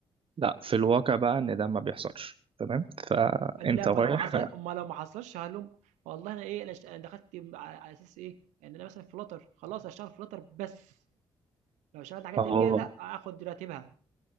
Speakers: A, on the right (about 50°); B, on the right (about 80°).
A: لا في الواقع بقى ان ده ما بيحصلش تمام فانت
B: قال لأ
A: رايح
B: ما لو حصل ما لو ما حصلش هالوم والله أنا إيه أنا اشت أنا دخلت م على على أساس إيه، يعني أنا مثلًا Flutter خلاص هاشتغل Flutter بس، لو اشتغلت حاجة
A: ما
B: تانية
A: هو
B: لأ هاخد راتبها،